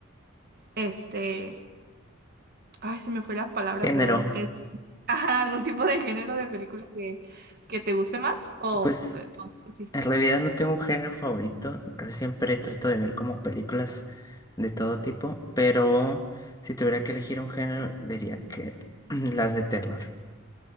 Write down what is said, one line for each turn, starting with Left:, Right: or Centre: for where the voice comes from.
Right: este, ay, se me fue la palabra,
Left: Género.
Right: perdón. Es, <laughs> ajá, algún tipo de género de película que, que te guste más o,
Left: Pues
Right: eh, o sí.
Left: En realidad no tengo un género favorito, casi siempre trato de ver como películas de todo tipo, pero si tuviera que elegir un género diría que <clears throat> las de terror.